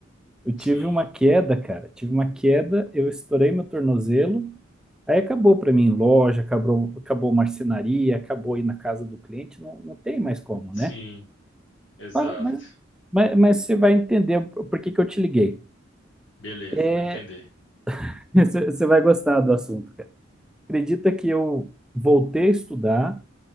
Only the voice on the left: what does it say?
Sim,
sim,
exato.
Beleza,
vou entender.